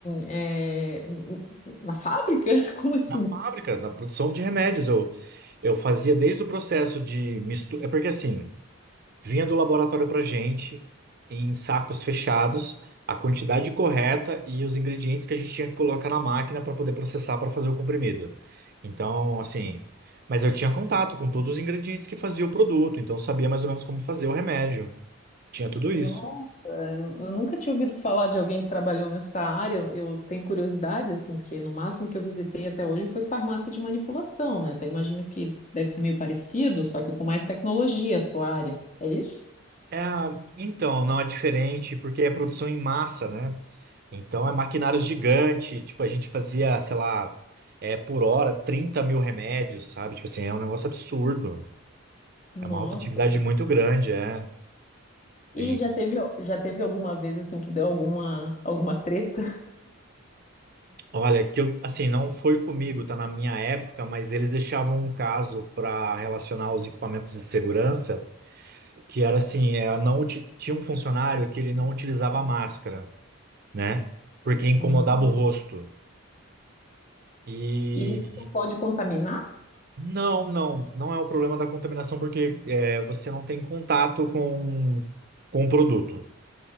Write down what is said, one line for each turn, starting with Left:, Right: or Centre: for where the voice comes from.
Left: é, n- n- na fábrica? <laughs> Como assim?
Right: A fábrica, da produção de remédios. Eu, eu fazia desde o processo de mistura. É porque assim, vinha do laboratório pra gente, em sacos fechados, a quantidade correta e os ingredientes que a gente tinha que colocar na máquina para poder processar para fazer o comprimido. Então, assim. Mas eu tinha contato com todos os ingredientes que fazia o produto, então eu sabia mais ou menos como fazer o remédio. Tinha tudo
Left: Nossa,
Right: isso.
Left: eu, eu nunca tinha ouvido falar de alguém que trabalhou nessa área. Eu, eu tenho curiosidade, assim, porque no máximo que eu visitei até hoje foi farmácia de manipulação, né? Até imagino que deve ser meio parecido, só que com mais tecnologia a sua área. É isso?
Right: É, então, não é diferente, porque é produção em massa, né? Então é maquinário gigante, tipo, a gente fazia, sei lá, é, por hora 30 mil remédios, sabe? Tipo assim, é um negócio absurdo.
Left: Nossa.
Right: É uma rotatividade muito grande, é. E,
Left: E já teve, já teve alguma vez, assim, que deu alguma, alguma treta?
Right: olha, que eu, assim, não foi comigo, tá na minha época, mas eles deixavam um caso para relacionar os equipamentos de segurança, que era assim, é, não, uti- tinha um funcionário que ele não utilizava máscara, né? Porque incomodava
Left: Uhum.
Right: o rosto. Uhum. E
Left: E isso pode contaminar?
Right: Não, não, não é o problema da contaminação porque é, você não tem contato com, com o produto.